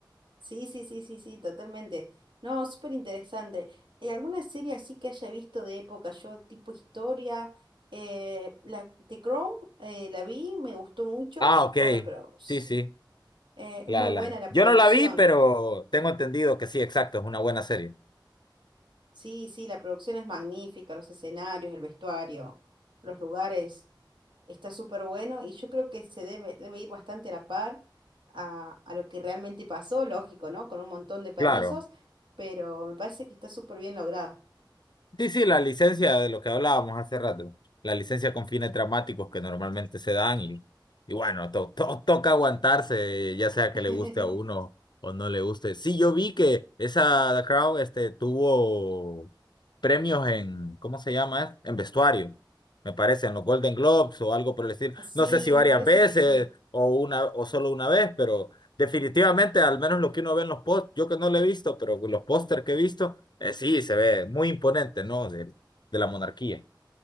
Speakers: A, on the right; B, on the left.
A: Sí, sí, sí, sí, sí, totalmente. No, súper interesante. Eh, ¿alguna serie así que haya visto de época? Yo, tipo historia, eh, la The Crown, eh, la vi, me gustó mucho.
B: Ah, ok.
A: Bueno, pero s-
B: Sí, sí.
A: eh, es
B: La,
A: muy buena
B: la...
A: la
B: Yo
A: producción.
B: no la vi, pero tengo entendido que sí, exacto, es una buena serie.
A: Sí, sí, la producción es magnífica, los escenarios, el vestuario, los lugares, está súper bueno y yo creo que se debe, debe ir bastante a la par a, a lo que realmente pasó, lógico, ¿no? Con un montón de permisos,
B: Claro.
A: pero me parece que está súper bien lograda.
B: Sí, sí, la licencia de lo que hablábamos hace rato, la licencia con fines dramáticos que normalmente se dan y, y bueno, to- to- toca aguantarse, ya sea
A: <laughs>
B: que le guste a uno o no le guste. Sí, yo vi que esa The Crown este, tuvo premios en, ¿cómo se llama? En vestuario, me parece, en los Golden Globes o algo por el estilo.
A: Sí,
B: No sé si varias
A: me parece
B: veces
A: que sí,
B: o una o solo una vez, pero definitivamente, al menos lo que uno ve en los posts, yo que no lo he visto, pero los póster que he visto. Eh, sí, se ve muy imponente, ¿no? De, de la monarquía.